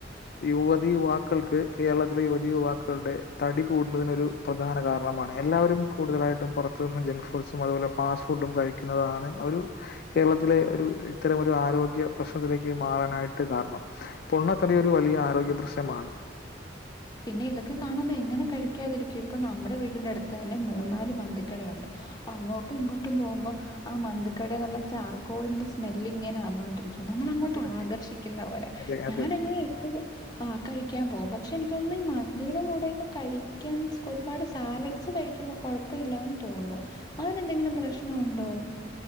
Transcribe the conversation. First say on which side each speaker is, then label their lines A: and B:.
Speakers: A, on the left; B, on the left.
A: യുവതി യുവാക്കൾക്ക് കേരളത്തിലെ യുവതീ യുവാക്കളുടെ തടി കൂടുന്നതിന് ഒരു പ്രധാന കാരണമാണ് എല്ലാവരും കൂടുതലായിട്ടും പുറത്തു നിന്ന് ജങ്ക് ഫുഡ്സും അതുപോലെ ഫാസ്റ്റ് ഫുഡും കഴിക്കുന്നതാണ് ഒരു കേരളത്തിലെ ഒരു ഇത്തരം ഒരു ആരോഗ്യ പ്രശ്നത്തിലേക്ക് മാറാനായിട്ട് കാരണം പൊണ്ണത്തടി ഒരു വലിയ ആരോഗ്യ പ്രശ്നമാണ്
B: പിന്നെ ഇതൊക്കെ കാണുമ്പോ എങ്ങനെ കഴിക്കാതിരിക്കും ഇപ്പം നമ്മടെ വീട്ടിന്റെ അടുത്ത് തന്നെ മൂന്നാല് മന്തിക്കടയുണ്ട് പ്പൊ അങ്ങോട്ടും ഇങ്ങോട്ടും പോകുമ്പം ആ മന്തി ക്കടന്നുള്ള ചാർക്കോളിന്റെ സ്മെല്ലിങ്ങനെ വന്നൊണ്ടിരിക്കും നമ്മൾ അങ്ങോട്ട്
A: അതെ അതെ
B: ആകർഷിക്കുന്ന പോലെ
A: അതെ അതെ
B: ഞാന് അങ്ങനെ എപ്പഴും ആ കഴിക്കാൻ പോകും പക്ഷെ എനിക്ക് ഒന്ന് ഈ മന്തി യുടെ കൂടക്കെ കഴിക്കാൻ ഒരുപാട് സാലഡ്സ് കഴിക്കുമ്പോ കൊഴപ്പ ഇല്ലാന്ന് തോന്നും അതെന്തെങ്കിലും പ്രശ്നണ്ടോ